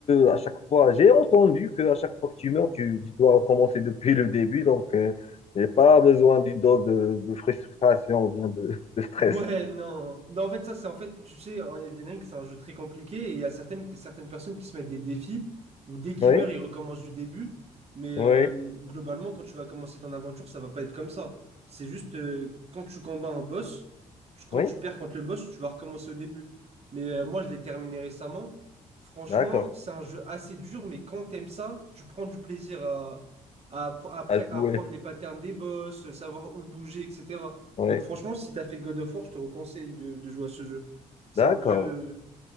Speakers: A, on the left; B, on the right.
A: à chaque fois, j'ai entendu que à chaque fois que tu meurs, tu, tu dois recommencer depuis le début. Donc, euh, j'ai pas besoin d'une dose de, de frustration ou bien de, de stress.
B: Ouais, non. Non, en fait, ça, c'est en fait, tu sais, en Elden Ring, c'est un jeu très compliqué et il y a certaines, certaines personnes qui se mettent des défis où dès qu'ils
A: Oui,
B: meurent, ils recommencent du début. Mais
A: oui,
B: euh, globalement, quand tu vas commencer ton aventure, ça va pas être comme ça. C'est juste euh, quand tu combats un boss, tu- quand
A: oui.
B: tu perds contre le boss, tu vas recommencer au début. Mais euh, moi, je l'ai terminé récemment. Franchement,
A: D'accord.
B: c'est un jeu assez dur, mais quand t'aimes ça, tu prends du plaisir à, à, appre- après,
A: À jouer.
B: à apprendre les patterns des boss, savoir où bouger, etc.
A: Oui.
B: Donc franchement, si t'as fait God of War, je te reconseille de, de jouer à ce jeu. C'est
A: D'accord,
B: un peu